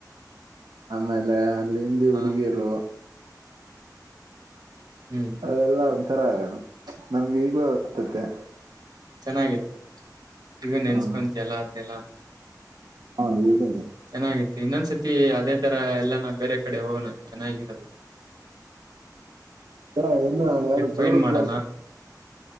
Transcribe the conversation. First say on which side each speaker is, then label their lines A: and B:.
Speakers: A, on the right; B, on the right.
A: ಆಮೇಲೆ ಅಲ್ಲಿ ಹಿಂದಿ ಹುಡುಗೀರು
B: ಹಾ ಹ್ಮ್
A: ಅವೆಲ್ಲ ಒಂಥರ ನಮ್ಗೆ ಈಗ್ಲೂ ಒದತದೆ
B: ಚೆನ್ನಾಗಿತ್ತು ಈಗ ನೆನ್ಸ್ಕೊಂತಯಲ್ಲ
A: ಹಾ
B: ಆದನೆಲ್ಲ
A: ಹಾ ದ
B: ಚೆನ್ನಾಗಿತ್ತು ಇನ್ನೊಂದ್ಸತಿ ತಿ ಅದೇ ತರ ಎಲ್ಲಾನ ಬೇರೆ ಕಡೆ ಹೋಗೋಣ ಚೆನ್ನಾಗಿರೋದು
A: ಹ ಇನ್ನ ಯಾರು
B: ಟ್ರಿಪ್
A: ದಡದ
B: ಫೈಂಡ್ ಮಾಡೋಣ